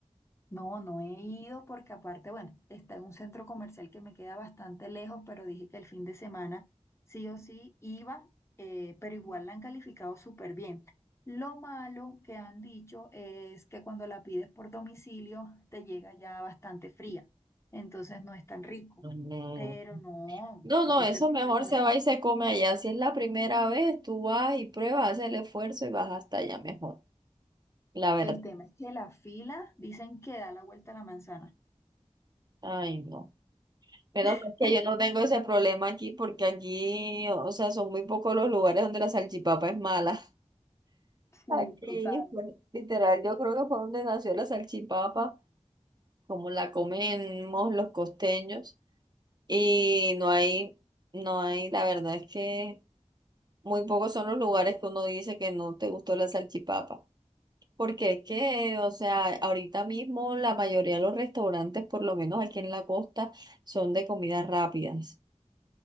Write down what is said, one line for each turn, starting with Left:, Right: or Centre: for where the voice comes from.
Left: No, no he ido porque aparte, bueno, está en un centro comercial que me queda bastante lejos, pero dije que el fin de semana sí o sí iba, eh, pero igual la han calificado súper bien. Lo malo que han dicho es que cuando la pides por domicilio te llega ya bastante fría, entonces no es tan rico.
Right: Mm.
Left: Pero no,
Right: No,
Left: eso
Right: no, eso
Left: se me
Right: mejor
Left: pega una-
Right: se va y se come allá. Si es la primera vez, tú vas y pruebas, haces el esfuerzo y vas hasta allá mejor. La verdad.
Left: El tema es que la fila dicen que da la vuelta a la manzana.
Right: Ay, no. Pero
Left: <laughs>
Right: es que yo no tengo ese problema aquí porque aquí, o sea, son muy pocos los lugares donde la salchipapa es mala.
Left: Sí,
Right: Aquí,
Left: total.
Right: pues, literal, yo creo que fue donde nació la salchipapa, como la comemos los costeños. Y no hay, no hay, la verdad es que muy pocos son los lugares que uno dice que no te gustó la salchipapa. Porque es que, o sea, ahorita mismo la mayoría de los restaurantes, por lo menos aquí en la costa, son de comidas rápidas.